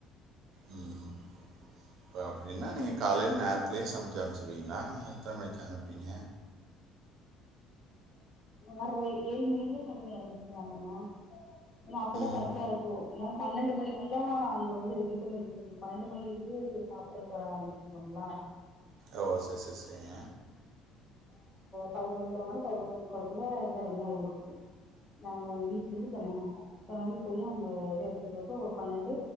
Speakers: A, on the right; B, on the left.
A: உம் பாவ் அப்டினா நீங்க காலைல நேர்த்துலே சமெக்கெ ஆரம்பிச்சிர்வீங்ளா எத்தன மணிக்கு அனுப்வீங்க
B: ஆற்ற ஏழு மணிக்குலா சமக்க ஆரம்பிச்சிருவாங்கனா ஏனா அப்பதா கரக்டாருக்கு
A: ம்
B: ஏன் பன்னெண்டு மணிக் எல்லா அங்க வந்து ரெடி பண்ணி வச்சி <unintelligible> பண்ணன்டு மணியில இருந்து சாப்பிறதுக்கு வர ஆரம்பிச்சுருவாங்களா
A: ஓ செரி செரி செரிங்க
B: பதினொன்ர மணி பதினொனே முக்காலுகுல்லா எல்லா ரெடி ஆயிரு நாம வீட்லிந்து கிளம்பிடுவோ கெளம்பி போய் அங்கே எது எடுத்து வக்க ஒரு பன்னெண்டு